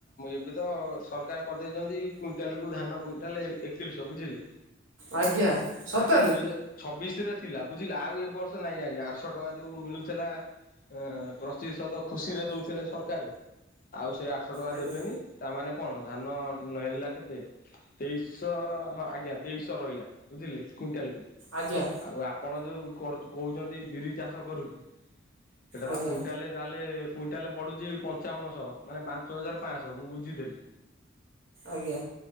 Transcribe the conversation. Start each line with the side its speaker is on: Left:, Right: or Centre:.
Left: ଏବେ ତ ସରକାର କରିଦେଇଛନ୍ତି କୁଇଣ୍ଟାଲ କୁ ଧାନ କୁଇଣ୍ଟାଲ ଏକତିରିଶହ ବୁଝିଲେ
Right: ଆଜ୍ଞା। ସତରେ
Left: ଆଜ୍ଞା ଦୁଇ ହଜାର ଛବିଶ ରେ ଥିଲା ବୁଝିଲେ। ଆଉ ଏ ବର୍ଷ ନାଇଁ ଆଜ୍ଞା। ଆଠଶହ ଟଙ୍କା ଯୋଉ ମିଳୁଥିଲା। ଏଁ ପ୍ରତିଶଦ ଖୁସିରେ ଦଉଥିଲେ ସରକାରେ। ଆଉ ସେ ଆଠଶହ ଟଙ୍କା
Right: ଆଜ୍ଞା
Left: ଦେବେନି। ତା ମାନେ କଣ ଧାନ ଉ ହେଲା କେତେ ତେଇଶହ ହଁ ଆଜ୍ଞା ତେଇଶହ ରହିଆ। ବୁଝିଲେ <unintelligible>
Right: ଆଜ୍ଞା।
Left: ଆଉ ଆପଣ ଯୋଉ କରୁଚୁ କହୁଚନ୍ତି ବିରି ଚାଷ କରୁଚୁ। ସେଟା ତ
Right: ଆଜ୍ଞା
Left: କୁଇଣ୍ଟାଲେ ତାହେଲେ କୁଇଣ୍ଟାଲେ ପଡୁଚି ପଞ୍ଚାବନଶହ। ମାନେ ପାଞ୍ଚ ହଜାର ପାଞ୍ଚଶହ, ମୁଁ ବୁଝିଥିଲି।
Right: ଆଜ୍ଞା।